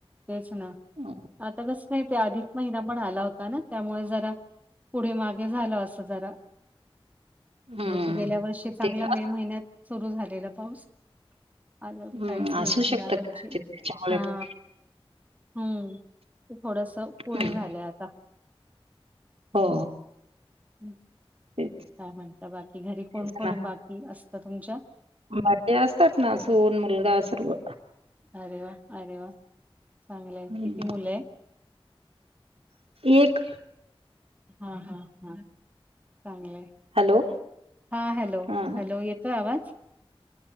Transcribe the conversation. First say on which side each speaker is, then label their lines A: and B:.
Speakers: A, on the right; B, on the right.
A: तेच ना..
B: अ,
A: आता कस नाही ते अधिक महिना पण आला होता ना त्यामुळे जरा... पुढे मागे झालं असं जरा...
B: <unintelligible> हं.
A: तर गेल्या वर्षी चांगला
B: ते
A: मे
B: असं
A: महिन्यात सुरू झालेला पाऊस... आल तर
B: हं,
A: काहीच नाही
B: असू शकतं
A: या वर्ष
B: कदाचित त्याच्यामुळे
A: हा....
B: पण.
A: हम्म ते थोडस पुढे
B: हं,
A: झालंय...
B: हो...
A: हम्म...
B: तेच,
A: काय म्हणत बाकी घरी कोण
B: तेच
A: कोण
B: ना.
A: बाकी असतं तुमच्या...
B: बाकी असतात ना सून मुलगा सर्व...
A: अरे वा अरे वा चांगलंय
B: हं.
A: किती मुलं आहे....
B: एक
A: हा हा हा चांगलं....
B: हॅलो,
A: हा हॅलो
B: हां.
A: हॅलो येतोय आवाज.,.